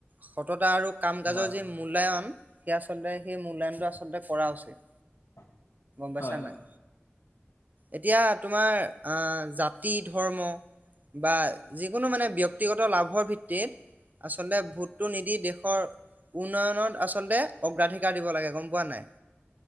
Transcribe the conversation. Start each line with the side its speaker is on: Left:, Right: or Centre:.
Right: সততা আৰু কাম কাজৰ
Left: হয়
Right: যি মূল্যয়ন সেই আচলতে সেই মূল্যায়নটো আচলতে কৰা উচিত।
Left: <unintelligible>
Right: পাইছা
Left: হয়
Right: নাই? এতিয়া তোমাৰ আহ জাতি, ধৰ্ম বা যিকোনো মানে ব্যক্তিগত লাভৰ ভিত্তিত আচলতে ভোটটো নিদি দেশৰ উন্নয়নত আচলতে অগ্ৰাধিকাৰ দিব লাগে, গম পোৱা নাই?